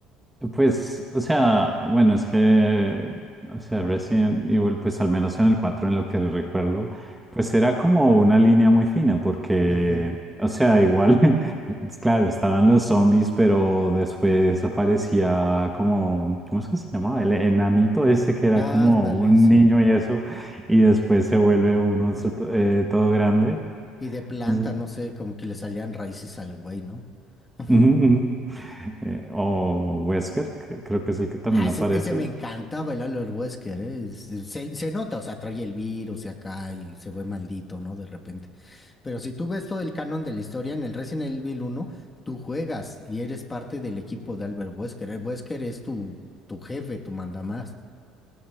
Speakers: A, in the centre; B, on the left (about 20°).
A: Pues, o sea, bueno, es que, o sea, Resident Evil, pues al menos en el 4 en lo que recuerdo, pues era como una línea muy fina, porque,
B: Ujú.
A: o sea, igual, <laughs> es claro, estaban los zombies, pero después aparecía como, ¿cómo es que se llamaba? El enanito ese que era
B: Ándale,
A: como un
B: sí.
A: niño y eso, y después se vuelve
B: Mm.
A: un monstruo to- eh, todo grande.
B: Y de planta,
A: Entonces,
B: no sé, como que le salían raíces al güey, ¿no?
A: <laughs>
B: <laughs>
A: ujú, ujú. Eh, o Wesker, que creo que es el que también
B: Ah, ese,
A: aparece.
B: ese me encantaba el Albert Wesker, ¿eh? Se, se- se nota, o sea, trae el virus y acá y se ve maldito, ¿no? De repente. Pero si tú ves todo el canon de la historia en el Resident Evil uno tú juegas y eres parte del equipo de Albert Wesker. El Wesker es tu, tu jefe, tu mandamás.